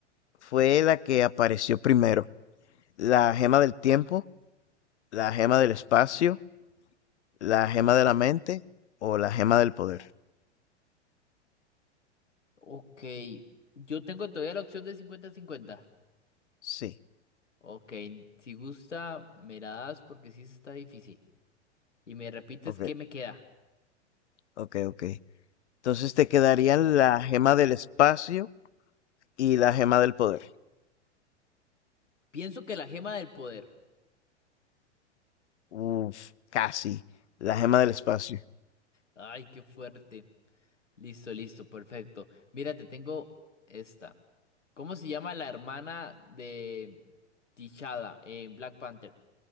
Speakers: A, on the left; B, on the left.
A: fue la que apareció primero? ¿La gema del tiempo, la gema del espacio, la gema de la mente o la gema del poder?
B: Ok, yo tengo todavía la opción de cincuenta-cincuenta.
A: Sí,
B: Ok, si gusta, me la das porque sí está difícil. Y me repites
A: ok,
B: qué me queda.
A: ok, ok. Entonces te quedarían la gema del espacio y la gema del poder.
B: Pienso que la gema del poder.
A: Uf, casi. La
B: Ay,
A: gema del espacio.
B: ay, qué fuerte. Listo, listo, perfecto. Mira, te tengo esta. ¿Cómo se llama la hermana de T'Challa en Black Panther?